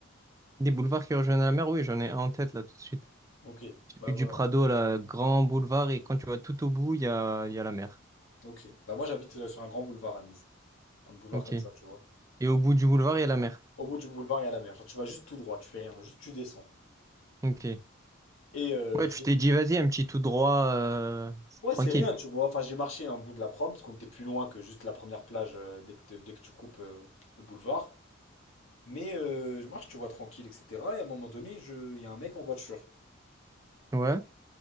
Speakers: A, on the right; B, on the left.
A: Des boulevards qui rejoignent la mer? Oui, j'en ai un en tête, là, tout de suite.
B: Ok,
A: Celui
B: bah voilà.
A: du Prado, là, grand boulevard, et quand tu vas tout au bout, il y a, il y a la mer.
B: Ok. Bah moi j'habite euh, sur un grand boulevard à Nice. Un boulevard
A: Ok.
B: comme ça, tu vois.
A: Et au bout du boulevard, il y a la mer.
B: Au bout du boulevard, il y a la mer. Genre tu vas juste tout droit, tu fais rien, juste tu descends.
A: Ok.
B: Et euh,
A: Ouais,
B: je...
A: tu t'es dit, vas-y, un petit tout droit, euh,
B: Ouais,
A: tranquille.
B: c'est rien, tu vois. Enfin, j'ai marché un bout de la prom, parce qu'on était plus loin que juste la première plage euh, dès que, te- dès que tu coupes euh, le boulevard. Mais euh, je marche, tu vois, tranquille, etc. Et à un moment donné, je... il y a un mec en voiture.
A: Ouais.